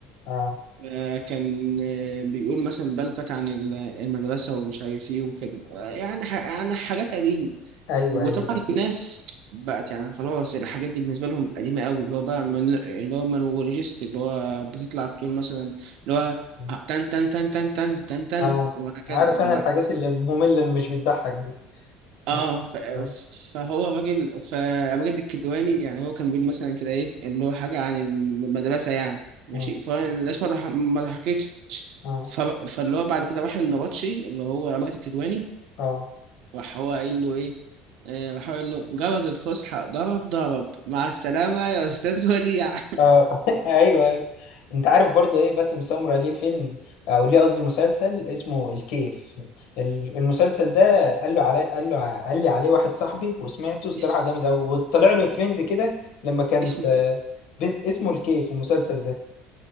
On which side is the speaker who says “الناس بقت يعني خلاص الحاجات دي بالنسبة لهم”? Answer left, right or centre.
Right